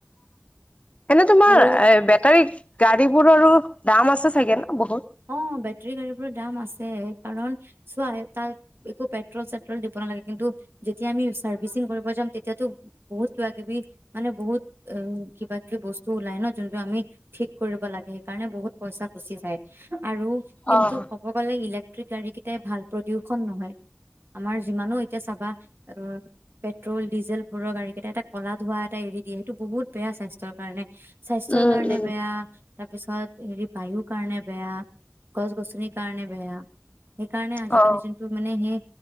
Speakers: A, on the left (about 30°); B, on the right (about 60°).
A: এনে তোমাৰ
B: আৰু
A: এ বেটাৰী গাড়ী বোৰৰো দাম আছে চাগে ন বহুত?
B: অ বেটৰী গাড়ী বোৰৰ দাম আছে কাৰণ চোৱা তাত, একো পেট্ৰল চেট্ৰল দিব নালাগে কিন্তু যেতিয়া আমি চাৰ্ভিচিং কৰিব যাম তেতিয়াতো বহুত কিবা কিবি মানে বহুত অ কিবা কিবি বস্তু ওলাই ন যোনটো আমি ঠিক কৰিব লাগে। কাৰণে বহুত পইচা গুচি যায় আৰু কিন্তু
A: অ',
B: ক'ব গলে ইলেক হঃই গাড়ী কেইটাই ভাল প্ৰদূষণ নহয়। আমাৰ যিমানো এতিয়া চাবা অ পেট্ৰল ডিজেল বোৰৰ গাড়ী কেইটা এটা, কলা ধোৱা এটা এৰি দিয়ে সেইটো বহুত বেয়া স্বাস্থ্যৰ কাৰণে স্বাস্থ্যৰ
A: উম
B: কাৰণে
A: উম
B: বেয়া তাৰপিছত হেৰি বায়ুৰ কাৰণে বেয়া গছ গছনিৰ কাৰণে বেয়া সেইকাৰণে আজিকালি
A: অ
B: যোনটো মানে সেই